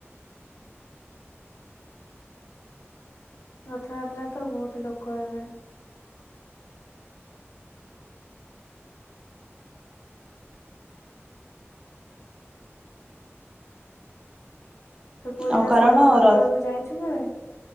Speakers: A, on the left; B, on the right.
A: ରଥଯାତ୍ରା ତ ବୋହୁତ ଲୋକ ହେବେ। ତୁ ପୁରୀର
B: ଆଉ କାରଣ
A: ସମୁଦ୍ର
B: ର
A: କୂଳକୁ ଯାଇଚୁ କେବେ?